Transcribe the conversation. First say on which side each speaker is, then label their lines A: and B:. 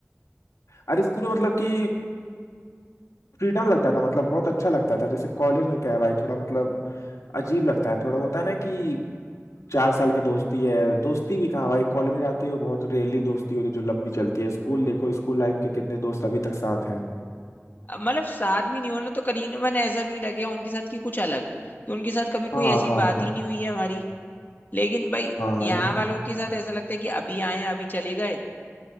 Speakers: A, on the left; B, on the left.
A: अरे स्कूल में मतलब कि फ्रीडम लगता था मतलब बहुत अच्छा लगता था जैसे कॉलेज में क्या है भाई थोड़ा मतलब अजीब लगता है थोड़ा होता है ना कि चार साल की दोस्ती है दोस्ती भी कहाँ भाई कॉलेज में जानते हो बहुत रेयरली दोस्ती होती है जो लंबी चलती है स्कूल देखो स्कूल लाइफ के कितने दोस्त अभी तक साथ हैं
B: अब मतलब साथ भी नहीं हो ना तो करीना मैंने ऐसा नहीं लगे उनके साथ कि कुछ अलग कि उनके साथ कभी
A: हाँ
B: कोई ऐसी
A: हाँ
B: बात
A: हाँ
B: ही नहीं हुई है हमारी लेकिन भाई
A: हाँ हाँ
B: यहाँ
A: हाँ ये
B: वालों के साथ ऐसा लगता है कि अभी आए हैं, अभी चले गए